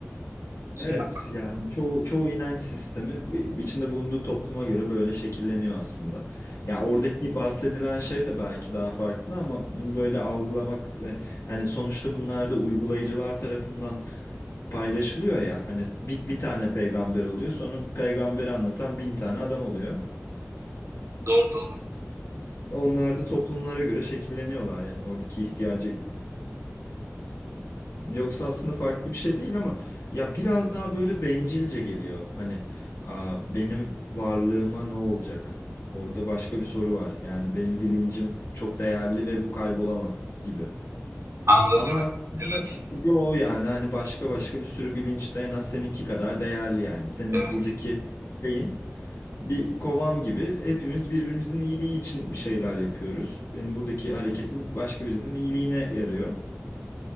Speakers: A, on the right; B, on the left.
A: Şey
B: Evet
A: yapmak.
B: yani çoğu, çoğu inanç sistemi bi- içinde bulunduğu topluma göre böyle şekilleniyor aslında. Ya oradaki bahsedilen şey de belki daha farklı ama bunu böyle algılamak ve hani sonuçta bunlar da uygulayıcılar tarafından paylaşılıyor ya hani bir, bir tane peygamber oluyor sonra peygamberi anlatan bin tane adam oluyor.
A: Doğru doğru.
B: Onlar da toplumlara göre şekilleniyorlar yani oradaki ihtiyacı Yoksa aslında farklı bir şey değil ama ya biraz daha böyle bencilce geliyor. Hani "Aa, benim varlığıma ne olacak? Orada başka bir soru var. Yani benim bilincim çok değerli ve bu kaybolamaz gibi.
A: Anladım
B: Ama
A: demek.
B: aslında
A: Evet.
B: yo yani hani başka başka bir sürü bilinç de en az seninki kadar değerli yani. Senin
A: Evet.
B: buradaki şeyin bir kovan gibi hepimiz birbirimizin iyiliği için bir şeyler yapıyoruz. Benim buradaki hareketim başka birinin iyiliğine yarıyor.